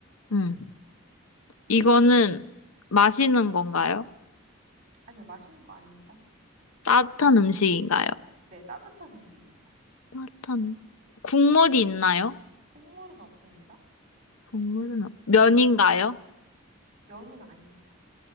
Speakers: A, on the left; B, on the right.
A: 응. 이거는 마시는 건가요?
B: 아니요, 마시는 거 아닙니다.
A: 따뜻한 음식인가요?
B: 네, 따뜻한 음식입니다.
A: 따뜻한, 국물이 있나요?
B: 국물은 없습니다.
A: 국물은, 없- 면인가요?
B: 면은 아닙니다.